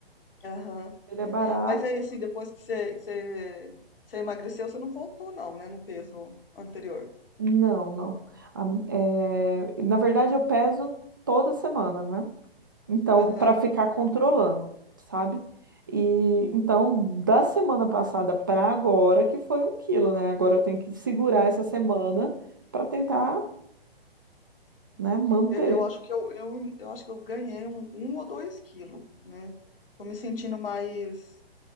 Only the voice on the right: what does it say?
Ele
é barato?
Não, não. A- é, na verdade, eu peso toda semana, né? Então,
para ficar controlando, sabe? E então, da semana passada para agora, que foi um quilo, né? Agora eu tenho que segurar
essa semana para tentar,
né, manter.